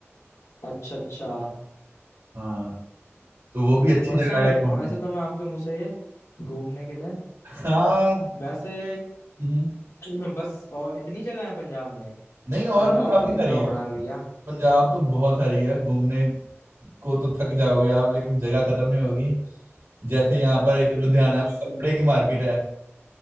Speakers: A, on the left (about 80°); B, on the right (about 85°).
A: अच्छा अच्छा
B: हाँ तो वो भी अच्छी
A: फर्स्ट
B: जगह
A: टाइम
B: है
A: सुन
B: घूमने
A: रहा हूँ वैसे तो मैं आपके मुंह से ये घूमने के लिए
B: हाँ
A: वैसे
B: हम्म।
A: <clears throat> बस और इतनी जगह है पंजाब में
B: नहीं और
A: पंजाब
B: भी काफी
A: तो कितना
B: सारी है
A: बड़ा है भैया
B: पंजाब तो बहुत सारी है घूमने को तो थक जाओगे आप लेकिन जगह खत्म नहीं होगी जैसे यहाँ पर एक लुधियाना
A: ऐसी
B: में कपड़े की मार्केट है